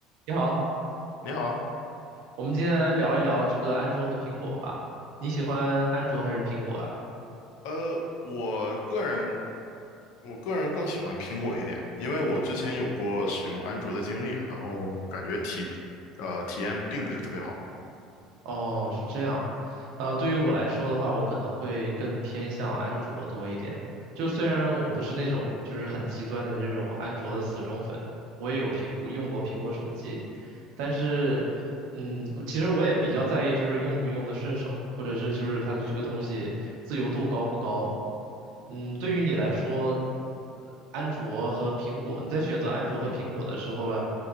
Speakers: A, on the right; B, on the left.
A: 你好，
B: 你好，
A: 我们今天来聊一聊这个安卓和苹果吧。你喜欢安卓还是苹果呀？
B: 呃，我个人我个人更喜欢苹果一点，因为我之前有过使用安卓的经历，然后感觉体呃体验并不是特别好。
A: 哦，是这样。呃，对于我来说的话，我可能会更偏向安卓多一点。就虽然我不是那种就是很极端的那种安卓的死忠粉，我也有苹，我用过苹果手机，但是，嗯，其实我也比较在意就是用不用得顺手，或者是就是它的这个东西自由度高不高。嗯，对于你来说，呃安卓和苹果，你在选择安卓和苹果的时候呢，
B: 嗯，